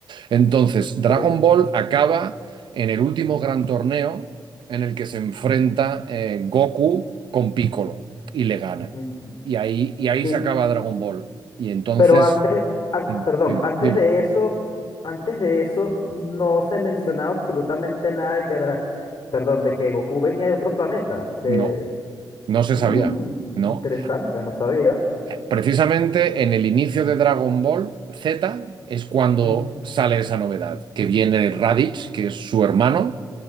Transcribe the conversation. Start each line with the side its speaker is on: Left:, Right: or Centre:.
Right: Entonces, Dragon
Left: sí.
Right: Ball acaba en el último gran torneo en el que se enfrenta eh, Goku con Piccolo y le gana.
Left: Ujú.
Right: Y ahí, y ahí
Left: Y,
Right: se acaba Dragon Ball. Y entonces,
Left: pero antes, an-
Right: mm,
Left: perdón,
Right: dime,
Left: antes
Right: dime,
Left: de eso, antes de eso no se mencionaba absolutamente nada de que, Dra- perdón, de que Goku venía de otro planeta. De,
Right: no, no se
Left: Mm,
Right: sabía, no.
Left: interesante, no sabía.
Right: Precisamente en el inicio de Dragon Ball Z es cuando
Left: Ujú,
Right: sale esa novedad, que viene Raditz, que es su hermano,